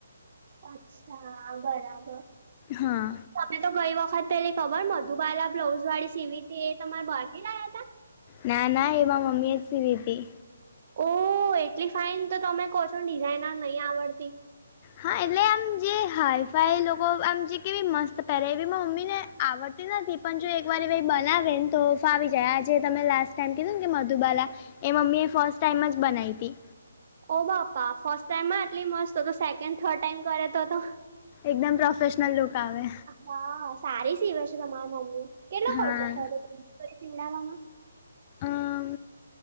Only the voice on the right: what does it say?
અચ્છા બરાબર.
તમે તો ગઈ વખત પેલી ખબર મધુબાલા બ્લાઉઝ વાળી સીવી તી એ તમાર બહાર થી લાયા તા?
ઓહ એટલી ફાઈન તો તમે કહો છો ને ડિઝાઇનર નહી આવડતી.
ઓ બાપા ફર્સ્ટ ટાઈમમાં આટલી મસ્ત તો તો સેકન્ડ થર્ડ ટાઈમ કરે તો તો
હા સારી સીવે છે તમારા મમ્મી કેટલો
ખર્ચો થયો હતો <unintelligible> સીવડાવવામાં?